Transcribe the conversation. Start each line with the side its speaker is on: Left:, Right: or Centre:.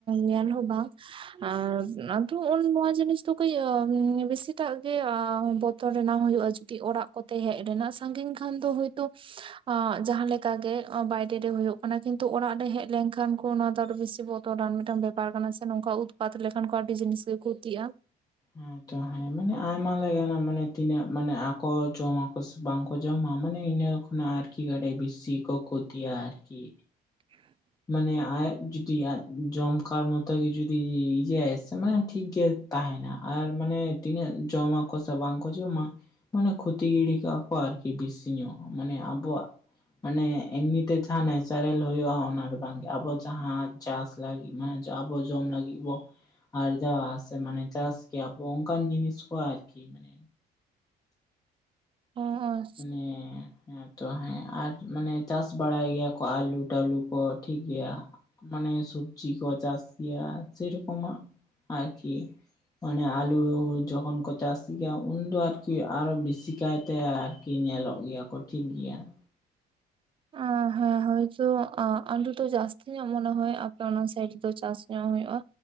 Right: ᱧᱮᱞ ᱦᱚ ᱵᱟᱝ ᱟᱨ ᱟᱫᱚ ᱱᱚᱣᱟ ᱡᱤᱱᱤᱥ ᱫᱚ ᱠᱟᱹᱡ ᱵᱮᱥᱤᱴᱟᱜ ᱜᱮ ᱵᱚᱛᱚᱨ ᱛᱚ ᱨᱮᱱᱟᱜ ᱦᱳᱭᱳᱜᱼᱟ ᱡᱩᱫᱤ ᱚᱲᱟᱜ ᱠᱚᱛᱮ ᱦᱮᱡ ᱨᱮᱱᱟᱜ ᱥᱟᱺᱜᱤᱧ ᱠᱷᱟᱱ ᱫᱚ ᱦᱳᱭᱛᱳ ᱡᱟᱦᱟᱸ ᱞᱮᱠᱟ ᱠᱟ ᱜᱮ ᱵᱟᱭᱨᱮ ᱨᱮ ᱦᱳᱭᱳᱜ ᱠᱟᱱᱟ, ᱠᱤᱱᱛᱩ ᱚᱲᱟᱜ ᱨᱮ ᱦᱮᱡ ᱞᱮᱱ ᱠᱷᱟᱱ ᱠᱚ ᱚᱱᱟ ᱫᱚ ᱟᱨᱚ ᱵᱤᱥᱤ ᱵᱚᱛᱚᱨ ᱛᱚ ᱨᱟᱱ ᱢᱤᱫᱴᱟᱝ ᱵᱮᱯᱟᱨ ᱠᱟᱱᱟ ᱥᱮ ᱱᱚᱝᱠᱟ ᱩᱛᱯᱟᱛ ᱞᱮᱠᱷᱟᱱ ᱠᱚ ᱟᱹᱰᱤ ᱡᱤᱱᱤᱥ ᱜᱮ ᱠᱷᱚᱛᱤᱜᱼᱟ
Left: ᱦᱮᱸᱛᱚ ᱦᱮᱸ ᱢᱟᱱᱮ ᱟᱭᱢᱟ ᱞᱮᱠᱟᱱᱟᱜ ᱢᱟᱱᱮ ᱛᱤᱱᱟᱹᱜ ᱢᱟᱱᱮ ᱟᱠᱚ ᱡᱚᱢᱟ ᱵᱟᱝᱠᱚ ᱡᱚᱢᱟ ᱢᱟᱱᱮ ᱤᱱᱟᱹ ᱠᱷᱚᱱᱟᱜ ᱟᱨᱠᱤ ᱜᱟᱴᱮ ᱵᱤᱥᱤ ᱠᱚ ᱠᱷᱚᱛᱤᱭᱟ ᱟᱨᱠᱤ
Right: ᱦᱮᱸ
Left: ᱢᱟᱱᱮ ᱟᱭᱟᱜ ᱡᱩᱫᱤ ᱟ ᱡᱚᱢ ᱠᱟᱨ ᱢᱚᱛᱚ ᱜᱮ ᱡᱩᱫᱤ ᱤᱭᱟᱹᱟᱭ ᱥᱮ ᱢᱟᱱᱮ ᱴᱷᱤᱠ ᱜᱮᱭᱟ ᱛᱟᱦᱮᱱᱟ ᱟᱨ ᱢᱟᱱᱮ ᱛᱤᱱᱟᱹᱜ ᱡᱚᱢᱟᱠᱚ ᱥᱮ ᱵᱟᱝᱠᱚ ᱡᱚᱢᱟ ᱢᱟᱱᱮ ᱠᱷᱚᱛᱤ ᱜᱤᱰᱤ ᱠᱟᱜᱼᱟ ᱠᱚ ᱟᱨᱠᱤ ᱵᱮᱥᱤ ᱧᱚᱜ ᱢᱟᱱᱮ ᱟᱵᱚᱣᱟᱜ ᱢᱟᱱᱮ ᱮᱢᱱᱤᱛᱮ ᱡᱟᱦᱟᱸ ᱱᱮᱪᱟᱨᱮᱞ ᱦᱩᱭᱩᱜᱼᱟ ᱚᱱᱟ ᱟᱫᱚ ᱵᱟᱝᱜᱮ ᱟᱵᱚ ᱡᱟᱦᱟᱸ ᱪᱟᱥ ᱞᱟᱹᱜᱤᱫ ᱢᱟᱱᱮ ᱟᱵᱚ ᱡᱚᱢ ᱞᱟᱹᱜᱤᱫ ᱵᱚ ᱟᱨᱡᱟᱣᱟ ᱥᱮ ᱢᱟᱱᱮ ᱪᱟᱥ ᱜᱮᱮᱭᱟᱵᱚ ᱚᱱᱠᱟᱱ ᱡᱤᱱᱤᱥ ᱠᱚ ᱟᱨᱠᱤ ᱢᱟᱱᱮ
Right: ᱚ ᱚ
Left: ᱢᱟᱱᱮᱻ ᱦᱮᱸᱛᱚ ᱦᱮᱸ ᱟᱨ ᱢᱟᱱᱮ ᱪᱟᱥ ᱵᱟᱲᱟᱭ ᱜᱮᱭᱟ ᱠᱚ ᱟᱹᱞᱩ ᱴᱟᱞᱩ ᱠᱚ ᱴᱷᱤᱠ ᱜᱮᱭᱟ ᱢᱟᱱᱮ ᱥᱚᱵᱽᱡᱤ ᱠᱚ ᱪᱟᱥ ᱜᱮᱭᱟ ᱥᱮᱨᱚᱠᱚᱢᱟᱜ ᱟᱨᱠᱤ ᱢᱟᱱᱮ ᱟᱞᱩ ᱡᱚᱠᱷᱚᱱ ᱠᱚ ᱪᱟᱥ ᱜᱮᱭᱟ ᱩᱱ ᱫᱚ ᱟᱨᱠᱤ ᱟᱨᱚ ᱵᱮᱥᱤ ᱠᱟᱭᱛᱮ ᱟᱨ ᱠᱤ ᱧᱮᱞᱚᱜ ᱜᱮᱭᱟ ᱠᱚ ᱴᱷᱤᱠ ᱜᱮᱭᱟ ᱾
Right: ᱦᱮᱸᱦᱟ ᱦᱟ ᱦᱳᱭᱛᱚ ᱟᱹᱞᱩ ᱫᱚ ᱡᱟᱹᱥᱛᱤ ᱧᱚᱜ ᱢᱚᱱᱮ ᱦᱳᱭ ᱟᱯᱮ ᱚᱱᱟ ᱥᱟᱭᱤᱰ ᱨᱮᱫᱚ ᱪᱟᱥ ᱧᱚᱜ ᱦᱩᱭᱩᱜ ᱟ?